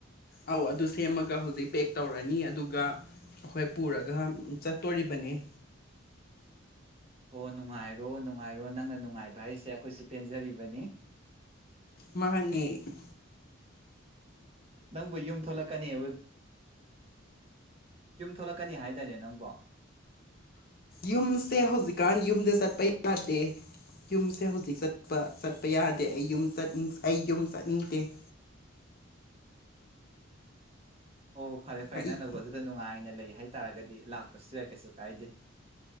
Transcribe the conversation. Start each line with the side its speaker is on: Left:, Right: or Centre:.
Left: ꯑꯥꯎ ꯑꯗꯨ ꯁꯦꯝꯃꯒ ꯍꯧꯖꯤꯛ ꯄꯦꯛ ꯇꯧꯔꯅꯤ ꯑꯗꯨꯒ ꯑꯩꯈꯣꯏ ꯄꯨꯔꯒ ꯆꯠꯇꯣꯔꯤꯕꯅꯤ <unintelligible>
Right: ꯑꯣ ꯅꯨꯡꯉꯥꯏꯔꯣ ꯅꯨꯡꯉꯥꯏꯔꯣ ꯅꯪꯅ ꯅꯨꯡꯉꯥꯏꯕ ꯍꯥꯏꯁꯦ ꯑꯩꯈꯣꯏꯁꯨ ꯄꯦꯟꯖꯔꯤꯕꯅꯤ
Left: ꯃꯍꯍꯅꯦꯩꯔ ꯂꯝ
Right: ꯅꯪꯕꯨ ꯌꯨꯝ ꯊꯣꯛꯂꯛꯀꯅꯤꯕ ꯌꯨꯝ ꯊꯣꯛꯂꯛꯀꯅꯤ ꯍꯥꯏꯗꯅꯦ ꯅꯪꯕ
Left: ꯌꯨꯝꯁꯦ ꯍꯧꯖꯤꯛꯀꯥꯟ ꯌꯨꯝꯗ ꯆꯠꯄ ꯌꯥꯗꯦ ꯌꯨꯝꯁꯦ ꯍꯧꯖꯤꯛ ꯆꯠꯄ ꯆꯠꯄ ꯌꯥꯗꯦ ꯑꯩ ꯌ ꯑꯩ ꯌꯨꯝ ꯆꯠꯅꯤꯡꯗꯦ <unintelligible>
Right: ꯑꯣ ꯐꯔꯦ ꯐꯔꯦ
Left: ꯑꯩ
Right: ꯅꯪꯅꯧꯕ ꯑꯗꯨꯗ ꯅꯨꯡꯉꯥꯏꯅ ꯂꯩ ꯍꯥꯏꯇꯥꯥꯔꯒꯗꯤ ꯂꯥꯛꯇ꯭ꯔꯁꯨ ꯌꯥꯏ ꯀꯩꯁꯨ ꯀꯥꯏꯗꯦ